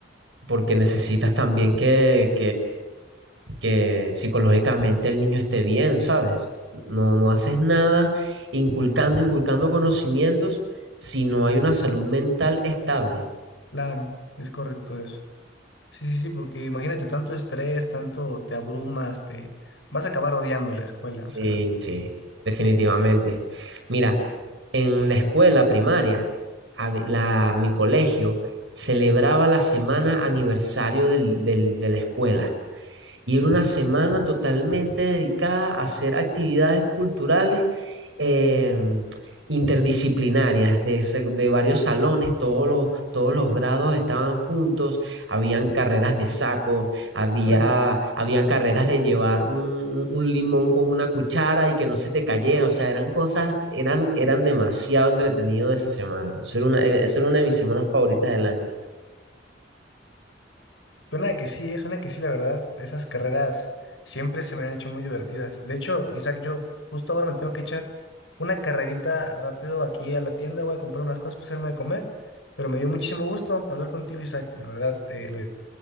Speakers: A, on the right; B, on the left.
A: porque necesitas también que que psicológicamente el niño esté bien, ¿sabes? No, no haces nada inculcando, inculcando conocimientos si no hay una salud mental estable.
B: Claro, es correcto eso. Sí, sí, sí, porque imagínate tanto estrés, tanto te abrumas, te vas a acabar odiando la escuela.
A: Sí,
B: O sea,
A: sí, definitivamente. Mira, en la escuela primaria, a ve- la, mi colegio celebraba la semana aniversario del- del- de la escuela. Y era una semana totalmente dedicada a hacer actividades culturales eh, interdisciplinarias de, se- de varios salones, todos los, todos los grados estaban juntos, habían carreras de saco, había,
B: Órale.
A: habían carreras de llevar un, un- un limón con una cuchara y que no se te cayera, o sea, eran cosas, eran, eran demasiado entretenidos esa semana. Eso era una, eh, eso era una de mis semanas favoritas del año.
B: suena que sí, eh, suena que sí, la verdad. Esas carreras siempre se me han hecho muy divertidas. De hecho, Isaac, yo justo ahora me tengo que echar una carrerita rápido aquí a la tienda, voy a comprar unas cosas para hacerme de comer. Pero me dio muchísimo gusto hablar contigo, Isaac. De verdad, eh, lo